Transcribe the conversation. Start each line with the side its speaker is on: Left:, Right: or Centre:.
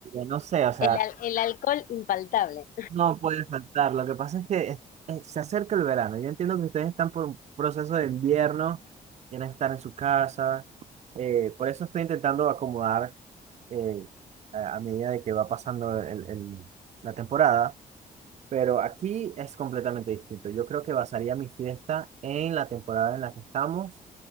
Right: no sé, o sea
Left: El, al- el alcohol infaltable.
Right: No puede faltar. Lo que pasa es que es- es- se acerca el verano. Yo entiendo que ustedes están por un proceso de invierno, quieren estar en su casa. eh, por eso estoy intentando acomodar eh, a, a medida de que va pasando el- el- la temporada. Pero aquí es completamente distinto. Yo creo que basaría mi fiesta en la temporada en la que estamos.